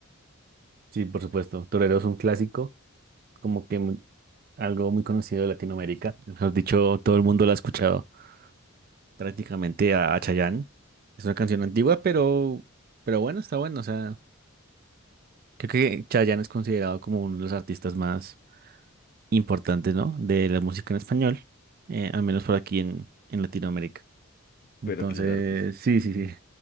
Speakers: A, on the right (about 45°); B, on the left (about 45°).
A: Sí, por supuesto. Torero es un clásico, como que muy- algo muy conocido de Latinoamérica. Mejor dicho, todo el mundo lo ha escuchado prácticamente a, a Chayanne. Es una canción antigua, pero, pero bueno, está bueno. O sea, creo que Chayanne es considerado como uno de los artistas más importantes, ¿no? De la música en español, eh, al menos por aquí en, en Latinoamérica. Entonces,
B: Pero claro que sí.
A: sí, sí,
B: Ujú.
A: sí.